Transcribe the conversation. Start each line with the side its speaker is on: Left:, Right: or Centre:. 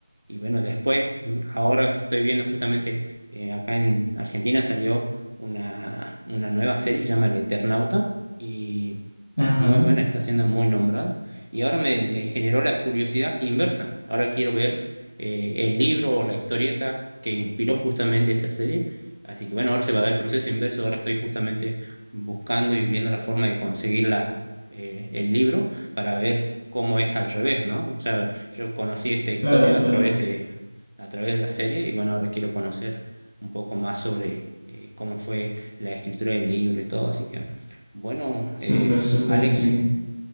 Right: y bueno, después, ahora estoy viendo justamente, eh, acá en Argentina salió una, una nueva serie, que se llama El Eternauta. Y que
Left: ajá.
Right: es muy buena, está siendo muy nombrada, y ahora me, me generó la curiosidad inversa. Ahora quiero ver eh, el libro o la historieta que inspiró justamente esta serie. Así que bueno, ahora se va a dar el proceso inverso, ahora estoy justamente buscando y viendo la forma de conseguir la, eh, el libro para ver cómo es al revés, ¿no? O sea, yo conocí esta historia
Left: Claro,
Right: a
Left: claro.
Right: través de, a través de la serie y bueno, ahora quiero conocer un poco más sobre eh, cómo fue la escritura del libro y todo, así que bueno,
Left: Súper,
Right: eh,
Left: súper,
Right: Alex,
Left: sí.